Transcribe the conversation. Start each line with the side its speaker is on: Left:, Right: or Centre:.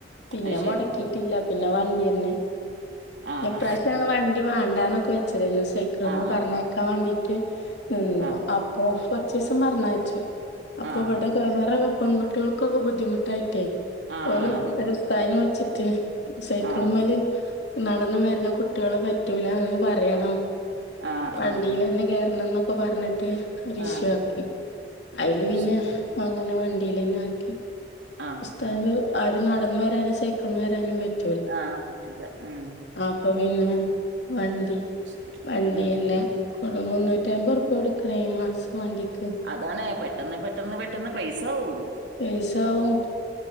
Left: പിന്നെ
Right: അത് ശരിയാണ്
Left: മുടക്കിയിട്ടില്ല. പിന്നെ വണ്ടി തന്നെ
Right: ആഹ്
Left: പ്രവശ്യങ്ങള് വണ്ടി വേണ്ടാനൊക്കെ വെച്ചതരുന്നു സെയ് ക്കിൾ
Right: ആഹ്
Left: മ പറഞ്ഞയക്കാൻ വേണ്ടിട്ട് നിന്നു
Right: ആഹ്
Left: അപ്പൊ കൊറച്ച ദിവസം പറഞ്ഞയച്ചു. അപ്പൊ
Right: ആഹ് ആഹ്
Left: ഇവിടറെ പെൺകുട്ടികൾക്കൊക്കെ ബുദ്ധിമുട്ടായിട്ടേ
Right: ആഹ്
Left: ഓല
Right: അതെ
Left: പെര സ് സായന വിളിച്ചിട്ട് സൈക്കിളമാല്.
Right: ആഹ്
Left: നടന്ന് വരുന്ന കുട്ടികളെ പറ്റൂല അങ് പറയണം.
Right: ആഹ്
Left: വണ്ടിൽന്നെ
Right: ആഹ്
Left: കറണം എന്നൊക്കെ പറഞ്ഞിട്ട്. ഒരു ഇഷ്യൂ
Right: ആഹ് അതെ
Left: ആക്കി അതില്
Right: അത്
Left: പിന്നെ
Right: ശരി
Left: അങ്ങനെ വണ്ടിൽന്നെ ആക്കി.
Right: ആഹ്
Left: ഉസ്താദ്ന് ആര് നടന്ന വരാനും സൈക്കമ വരാനും പറ്റു
Right: ആഹ് പറ്റൂല ആഹ്.
Left: അപ്പൊ പിന്നെ വണ്ടി
Right: അത് ശരി
Left: വണ്ടിന്നെ.
Right: ഉം
Left: കു മുന്നൂറ്റി അമ്പത് രൂപ എടുക്കണേ ഈ മാസം വണ്ടിക്ക്.
Right: അതാണ്പെട്ടെന്ന് പെട്ടെന്ന് പെട്ടെന്ന് പൈസവും
Left: പൈസവും